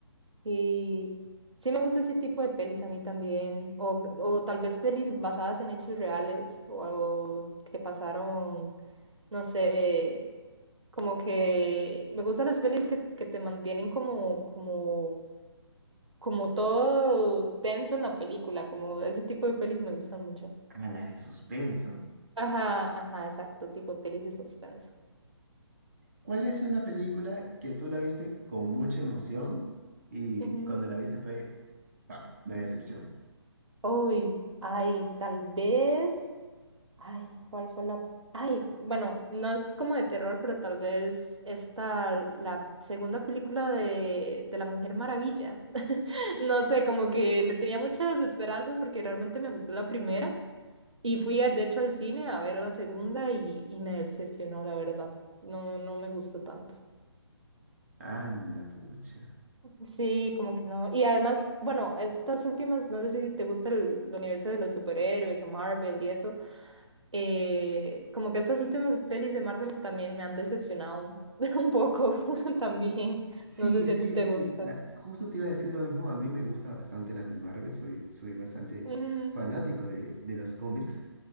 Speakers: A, on the right; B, on the right.
A: sí, sí me gusta ese tipo de pelis a mí también. O, o tal vez pelis basadas en hechos reales o algo que pasaron, no sé, como que me gustan las pelis que, que te mantienen como, como como todo tenso en la película, como ese tipo de pelis me gustan mucho.
B: A las de suspenso.
A: Ajá, ajá, exacto, tipo pelis de suspenso.
B: ¿Cuál ha sido una película que tú la viste con mucha emoción y
A: Ujú.
B: cuando la viste fue, pap, una decepción?
A: Uy, ay, tal vez, ay, ¿cuál fue la? Ay, bueno, no es como de terror, pero tal vez esta, la segunda película de, de La Mujer Maravilla. <laughs> No sé, como que le tenía muchas esperanzas porque realmente me gustó la primera. Y fui, a- de hecho, al cine a ver la segunda y, y me decepcionó, la verdad. No, no me gustó tanto.
B: Anda, pucha.
A: Sí, como que no. Y además, bueno, estas últimas, no sé si te gusta el, el universo de los superhéroes o Marvel y eso. eh, como que estas últimas pelis de Marvel también me han decepcionado <laughs> un poco <laughs> también.
B: Sí,
A: No sé si
B: sí,
A: a ti te
B: sí.
A: gusta.
B: la- justo te iba a decir lo mismo. A mí me gusta bastante las de Marvel. Soy, soy bastante
A: Ujú,
B: fanático de, de los cómics.